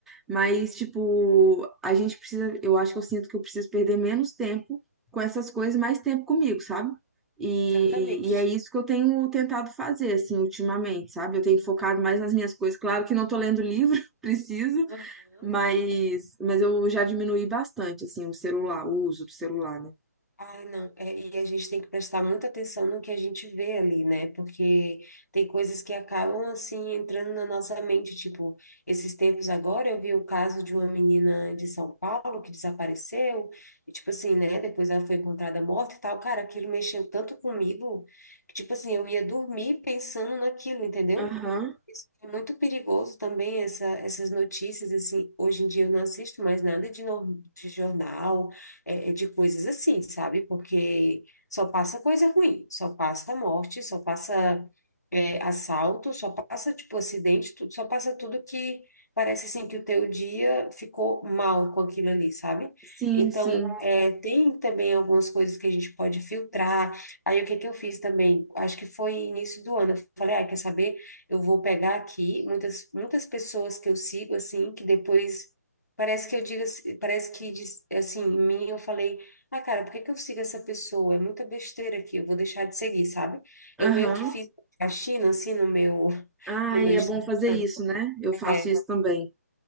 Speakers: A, in the centre; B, on the left.
A: mas tipo, a gente precisa, eu acho que eu sinto que eu preciso perder menos tempo com essas coisas, mais tempo comigo, sabe? E,
B: Exatamente.
A: e
B: Exatamente.
A: é isso que eu tenho tentado fazer, assim, ultimamente, sabe? Eu tenho focado mais nas minhas coisas. Claro que não tô lendo livro, <laughs> preciso,
B: Aham.
A: mas, mas eu já diminuí bastante, assim, o celular, o uso do celular, né?
B: Ai, não. É, e a gente tem que prestar muita atenção no que a gente vê ali, né? Porque tem coisas que acabam, assim, entrando na nossa mente. Tipo, esses tempos agora eu vi o caso de uma menina de São Paulo que desapareceu. E, tipo assim, né? Depois ela foi encontrada morta e tal. Cara, aquilo mexeu tanto comigo que, tipo assim, eu ia dormir pensando naquilo, entendeu?
A: Aham,
B: Isso é muito perigoso também, essa, essas notícias, assim, hoje em dia eu não assisto mais nada de, nor- de jornal, é, é, de coisas assim, sabe? Porque só passa coisa ruim, só passa morte, só passa é, assalto, só passa, tipo, acidente, tudo, só passa tudo que parece, assim, que o teu dia ficou mal com aquilo ali, sabe?
A: Sim,
B: Então,
A: sim.
B: é, tem também algumas coisas que a gente pode filtrar. Aí, o que que eu fiz também? Acho que foi início do ano, eu falei, ah, quer saber? eu vou pegar aqui muitas muitas pessoas que eu sigo assim que depois parece que eu digo assim- parece que diz- assim em mim eu falei ah cara por que que eu sigo essa pessoa é muita besteira aqui eu vou deixar de seguir sabe
A: Aham.
B: eu meio que fiz a China assim no meu <laughs>
A: Ai,
B: no meu
A: é
B: Instagram.
A: bom fazer isso, né? Eu
B: é,
A: faço isso também.